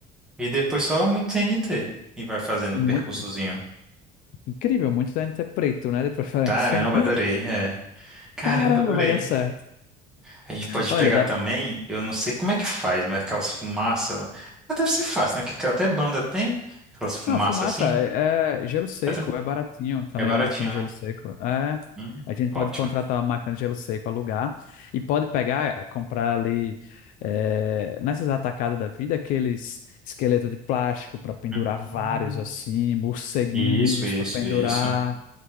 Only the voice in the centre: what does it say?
E depois só muito T N T E vai fazendo
o percursozinho.
Caramba, adorei. É.
Caramba,
adorei.
A gente pode
pegar
também, eu não sei como é que faz, mas aquelas fumaças. Mas deve ser fácil, né? Que até banda tem. Aquelas fumaças
assim.
É tran-
é baratinho,
né?
Hum,
ótimo.
Hum.
Isso, isso,
isso.